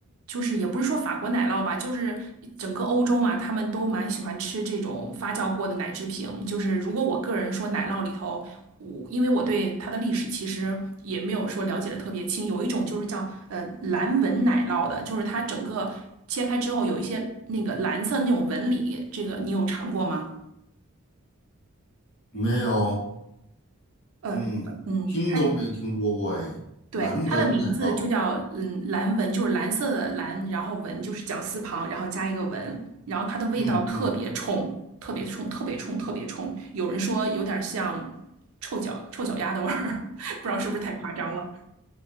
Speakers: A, on the right (about 75°); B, on the left (about 50°).
A: 就是也不是说法国奶酪吧，就是整个欧洲嘛，他们都蛮喜欢吃这种发酵过的奶制品。就是如果我个人说奶酪里头，我因为我对它的历史其实也没有说了解的特别清，有一种就是叫呃蓝纹奶酪的，就是它整个切开之后有一些那个蓝色那种纹理，这个你有尝过吗？
B: 没有，
A: 呃，
B: 嗯，
A: 嗯，
B: 听都没听说过哎，
A: 它。对，
B: 蓝纹奶酪，
A: 它的名字就叫嗯蓝纹，就是蓝色的蓝，然后纹就是绞丝旁，然后加一个纹，然后它的味道特别冲，
B: 嗯嗯，
A: 特别冲，特别冲，特别冲。有人说有点像臭脚臭脚丫的味儿，<laughs> 不知道是不是太夸张了。